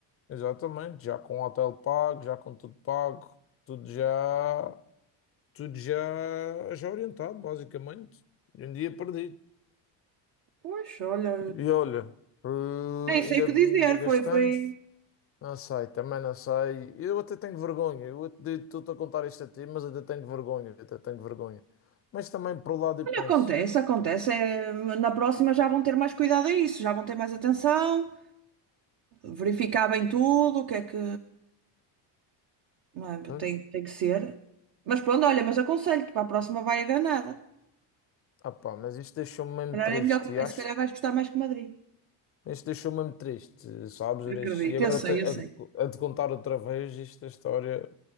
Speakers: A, on the left (about 30°); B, on the right (about 50°).
A: exatamente. Já com o hotel pago, já com tudo pago, tudo já, tudo já, já orientado, basicamente. E Um dia perdido.
B: Pois, olha,
A: E olha, eh,
B: nem sei
A: ainda,
B: o que
A: ainda
B: dizer,
A: gastamos.
B: foi, foi.
A: Não sei, também não sei. Eu até tenho vergonha. Eu até estou a contar isto a ti, mas até tenho vergonha. Até tenho vergonha. Mas também, por um lado, eu
B: Olha,
A: penso.
B: acontece, acontece. É, na próxima já vão ter mais cuidado a isso, já vão ter mais atenção, verificar bem tudo, o que é que. Não é?
A: Pois.
B: Tem, tem que ser. Mas pronto, olha, mas aconselho-te, para a próxima vai a Granada.
A: Ah pá, mas isto deixou-me mesmo
B: Se calhar
A: triste,
B: é melhor, que-
A: e acho.
B: se calhar vais gostar mais que Madrid.
A: Isto deixou-me mesmo triste, sabes,
B: Acredito,
A: Inês? E agora
B: eu sei,
A: te-
B: eu sei.
A: a, a te contar outra vez esta história.